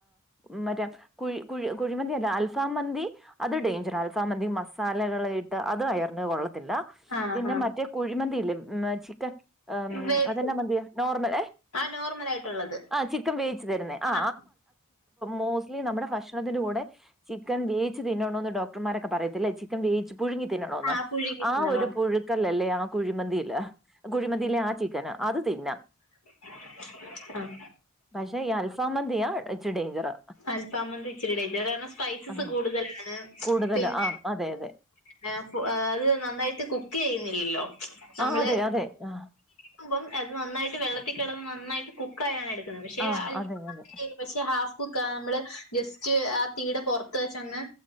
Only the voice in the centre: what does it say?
പിന്നെ മറ്റേ- കുഴി കുഴി കുഴിമന്തി അല്ല അൽഫാം മന്തി അത് ഡേഞ്ചർ അൽഫാമംമന്തി മസാലകളായിട്ട് അത് വയറിനു കൊള്ളത്തില്ല
പിന്നെ
മറ്റേ കുഴിമന്തിയില്ലേ ചിക്കൻ
അതെന്നാ മന്തിയാ നോ - നമ്മള് ഏ
ആഹ് ചിക്കൻ - ചിക്കൻ വേവിച്ചു തരുന്നേ ആ
മോസ്റ്റ്ലി നമ്മുടെ ഭക്ഷണത്തിന്റെ കൂടെ- ചിക്കൻ വേയിച്ച് തിന്നണോന്ന് ഡോക്ടർമാരൊക്കെ പറയത്തില്ലേ ചിക്കൻ വേവിച്ച് പുഴുങ്ങി തിന്നണോന്ന്
ആ
ഒരു പുഴുക്കലല്ലേ ആ കുഴിമന്തില് കുഴിമന്തില്ലെ ആ ചിക്കന് അത് തിന്നാം
പക്ഷെ ഈ അൽഫാമന്തിയാ ഇച്ചി ഡേയ്ഞ്ചറ്
ആ
കൂടുതല്
ആ അതെ അതെ
ആ അതെ അതെ ആ
ആ
അതെ അതെ